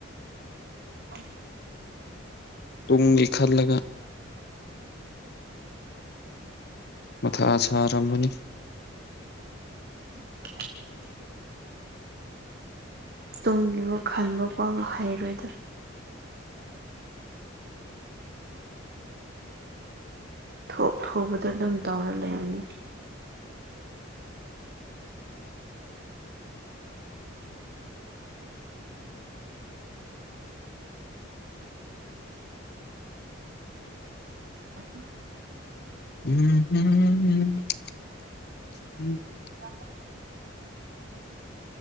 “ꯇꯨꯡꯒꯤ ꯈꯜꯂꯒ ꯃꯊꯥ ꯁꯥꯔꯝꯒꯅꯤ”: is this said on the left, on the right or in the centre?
Left